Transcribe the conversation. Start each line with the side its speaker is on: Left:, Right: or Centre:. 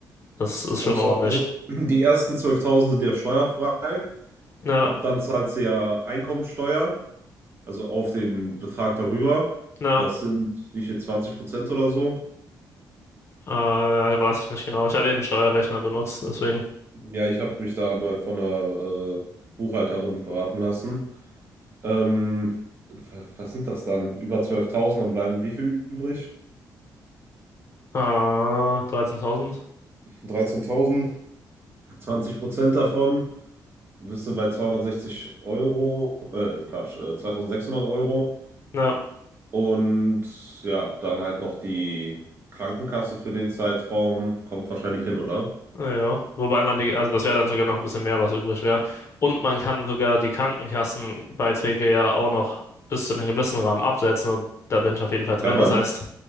Left: das ist
Right: Wie kommst
Left: schon ordentlich.
Right: du auf? Also, <clears throat> Die ersten 12.000 sind ja steuerfrei,
Left: Ja,
Right: ab dann zahlst du ja Einkommensteuer, also auf den Betrag darüber.
Left: ja,
Right: Das sind wie viel, 20% oder so?
Left: äh, weiß ich nicht genau. Ich habe eben Steuerrechner benutzt, deswegen
Right: Ja, ich habe mich da mal von einer äh, Buchhalterin beraten lassen. Ähm, w- was sind das dann? Über 12.000? dann bleiben wie viel übrig?
Left: äh, 13.000.
Right: 13.000. 20 Prozent davon. Du bist du bei 260 Euro, äh, nee, Quatsch, äh, 2600 Euro.
Left: Ja,
Right: Und ja, dann halt noch die Krankenkasse für den Zeitraum. Kommt wahrscheinlich hin, oder?
Left: Naja, wobei man die, also das wäre dann sogar noch ein bisschen mehr, was übrig wäre. Und man kann sogar die Krankenkassenbeiträge ja auch noch bis zu einem gewissen Rahmen absetzen und da bin ich auf jeden Fall drin.
Right: Kann man?
Left: Das heißt,